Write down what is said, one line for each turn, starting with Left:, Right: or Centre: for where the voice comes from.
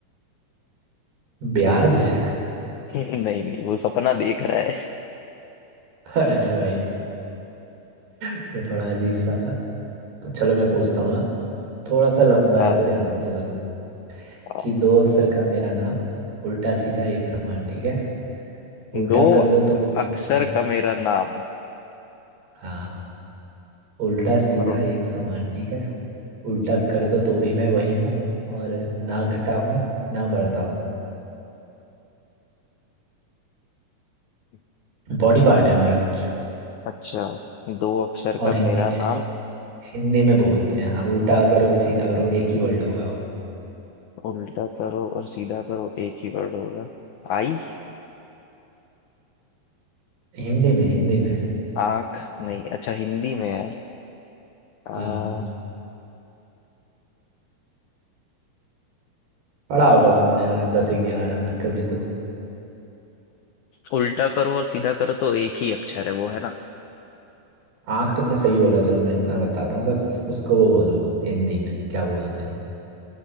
Right: ब्याज
Left: <laughs> नहीं नहीं वो सपना देख रहा है
Right: <laughs> अरे भाई <laughs> ये थोड़ा अजीब सा था तो चलो मैं पूछता हूँ हाँ। थोड़ा सा लंबा
Left: आ,
Right: है तो ध्यान से सुन
Left: आ,
Right: कि दो अक्षर का मेरा नाम उल्टा सीधा एक समान ठीक है उल्टा
Left: दो
Right: कर दो तो भी
Left: अक्षर
Right: मैं वही
Left: का मेरा नाम
Right: हाँ उल्टा सीधा
Left: और
Right: एक समान ठीक है उल्टा
Left: ठीक
Right: कर दो तो भी मैं वही हूँ और ना घटा हूँ ना बढ़ता हूँ
Left: है
Right: बॉडी पार्ट है हमारा कुछ
Left: अच्छा दो अक्षर
Right: और
Left: का
Right: हिंदी
Left: मेरा
Right: में
Left: नाम
Right: हिंदी में बोलते हैं हाँ उल्टा करो सीधा करो एक ही वर्ड होगा वो
Left: उल्टा करो और सीधा करो एक ही वर्ड होगा आई
Right: हिंदी में हिंदी में
Left: आंख नहीं अच्छा हिंदी में है आ,
Right: हाँ पढ़ा होगा तुमने यार दस ग्यारह में कभी तो
Left: उल्टा करो और सीधा करो तो एक ही अक्षर है वो है ना
Right: आँख तुमने सही बोला चलो मैं इतना बताता हूँ बस उसको वो बोलो हिंदी में क्या बोलते हैं